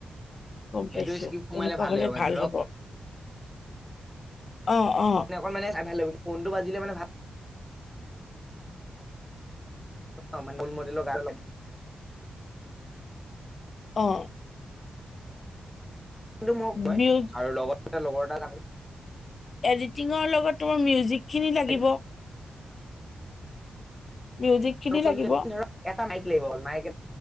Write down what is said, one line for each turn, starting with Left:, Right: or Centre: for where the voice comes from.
Left: গম
Centre: সেইটো
Left: পাইছোঁ
Centre: স্কিপ সোমালে
Left: তেনেকুৱা হলে
Centre: লাগিব মানে
Left: ভাল
Centre: ধৰক
Left: হ'ব। অ অ।
Centre: অকল মানে চাই ভাল লাগিব, ফোনটো বাজিলে মানে ভাল ানেল মডিলৰ গ ল <unintelligible>
Left: অ।
Centre: কিন্তু মোক কয়,
Left: মিউ
Centre: আৰু লগত লগৰ এটা তাকো
Left: এডিটিঙৰ লগত তোমাৰ মিউজিক খিনি
Centre: উলিয়াই
Left: লাগিব। মিউজিক। খিনি
Centre: কৰি
Left: লাগিব
Centre: ললে ধৰক <unintelligible> এটা মাইক লাগিব অল মাইক এ